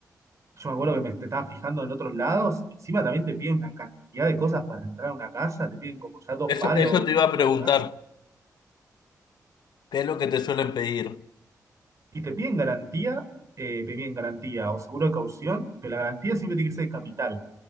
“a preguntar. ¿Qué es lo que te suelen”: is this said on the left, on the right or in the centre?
Left